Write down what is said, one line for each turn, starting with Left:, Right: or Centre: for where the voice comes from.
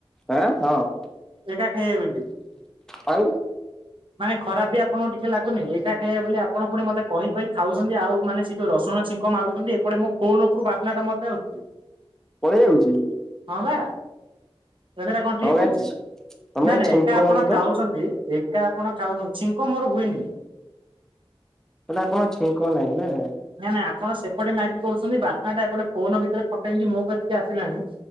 Centre: ଆଁ ହଁ।
Right: ଏକା ଖାଇବେ ବୋଲି।
Centre: ଖାଇବୁ?
Right: ମାନେ ଖରାପ ବି ଆପଣଙ୍କୁ ଟିକେ ଲାଗୁନି ଏକା ଖାଇବା ବୋଲି ଆପଣ ପୁଣି ମତେ କହି କହି ଖାଉଛନ୍ତି ଆଉ ମାନେ ସେ ଯୋଉ ରସୁଣ ଛିଙ୍କ ମାରୁ ଛନ୍ତି ଏପଟେ ମୋ ଫୋନ ଉପରୁ ବାସ୍ନା ଟା ମତେ ଆସୁଛି।
Centre: ପଳେଇ ଆଉଛି?
Right: ହଁ ବା। ଏଟା କ ଠିକ୍
Centre: ତମ ଗାଁ
Right: ହଉଛି
Centre: ତମ ଗାଁ
Right: ନାଇଁ ନାଇଁ
Centre: ଛିଙ୍କ
Right: ଏକା ଆପଣ
Centre: ହଉନି ତ
Right: ଖାଉଛନ୍ତି ଏ କା ଆପଣ ଖାଉଛନ୍ତି ଛିଙ୍କ ମୋର ହୁଏନି।
Centre: ତାହେଲେ ଆପଣ ଛିଙ୍କ ନାହିଁ ନା।
Right: ନା ନା ଆପଣ ସେପଟେ ମ୍ୟାଗି କରୁଛନ୍ତି ବାସ୍ନାଟା ଏପଟେ ଫୋନ ଭିତରେ ଫଟେଇକି ମୋ କତିକି ଆସିଲାଣି।